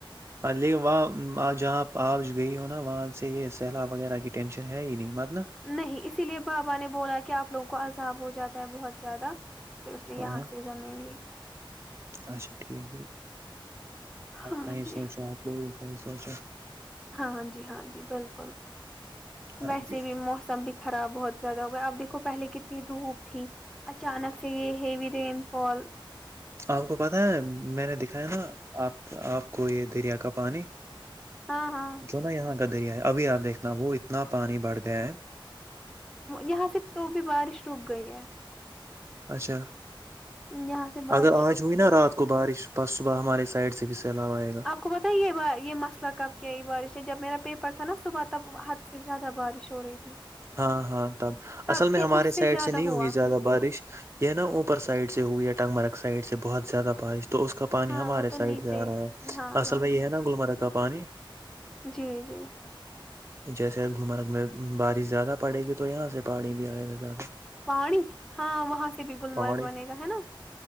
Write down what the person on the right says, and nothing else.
اور لیک وہاں آج جہاں آج گئی ہو نا وہاں سے یہ سیلاب وغیرہ کی ٹینشن ہے ہی نہیں متن
ہاں
اچھا ٹھیک ہے آپ
کہیں
سوچو آپ لوگوں کو کہ سوچا
ہاں
جی
آپ کو پتاہ ہے میں نے دکھایا نا آپ آپ کو یہ دریا کا پانی
جو نا یہاں کا دریا ہے ابھی آپ دیکھنا وہ اتنا پانی بڑھ گیا ہے
اچھا
اگر آج
ہوئی
نا
رات کو کو بارش بس صبح ہمارے سائڈ سے بھی سیلاب آئے گا
ہاں ہاں تب
اصل میں
ہمارے
سائڈ
سے نہیں
ہوئی زیادہ بارش یہ نا اوپر سائڈ سے ہو یا ٹگ مرگ سائڈ سے بہت زیادہ بارش تو اس کا پانی
ہمارے
سائڈ
جا رہا ہے
اصل
بھائی ہے نا گلمرگ کا پانی
جیسے گمرگ میں بارش زیادہ پڑے گی تو یہاں سے پانی بھی آئے گا زیادہ
پانی